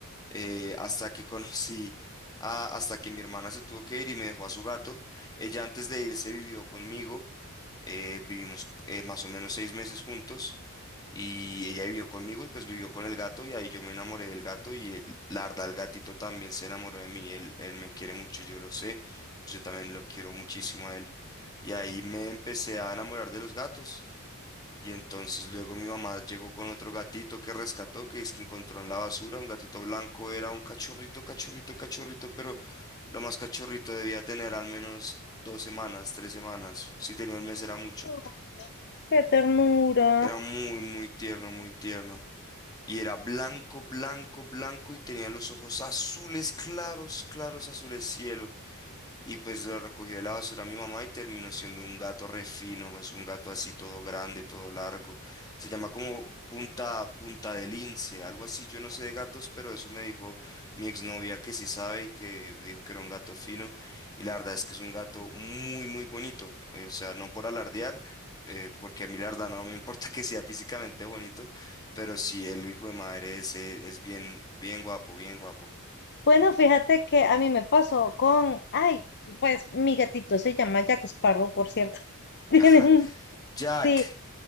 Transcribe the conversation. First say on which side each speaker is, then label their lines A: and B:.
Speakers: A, on the left; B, on the left.
A: eh, hasta que <laughs> conocí, a- hasta que mi hermana se tuvo que ir y me dejó a su gato. Ella antes de irse vivió conmigo, eh, vivimos eh, más o menos seis meses juntos. Y ella vivió conmigo y pues vivió con el gato y ahí yo me enamoré del gato y el- la verdad el gatito también se enamoró de mí, él, él me quiere mucho, yo lo sé, pues yo también lo quiero muchísimo a él. Y ahí me empecé a enamorar de los gatos y entonces luego mi mamá llegó con otro gatito que rescató, que es que encontró en la basura, un gatito blanco, era un cachorrito, cachorrito, cachorrito, pero lo más cachorrito debía tener al menos dos semanas, tres semanas, si tenía un mes era mucho,
B: Oh, qué ternura.
A: era muy, muy tierno, muy tierno. Y era blanco, blanco, blanco y tenía los ojos azules, claros, claros, azules cielo. Y pues lo recogió de la basura mi mamá y terminó siendo un gato re fino, es un gato así todo grande, todo largo. Se llama como punta, punta de lince, algo así. Yo no sé de gatos, pero eso me dijo mi exnovia que sí sabe y que dijo que era un gato fino. Y la verdad es que es un gato muy, muy bonito. eh, o sea, no por alardear, eh, porque a mí la verdad no me importa <laughs> que sea físicamente bonito, pero sí el hijo de madre es, eh, es bien, bien guapo, bien guapo.
B: Bueno, fíjate que a mí me pasó con, ay, pues mi gatito se llama Jack Sparrow, por cierto. <laughs> Tiene
A: <laughs>
B: un,
A: Jack,
B: sí,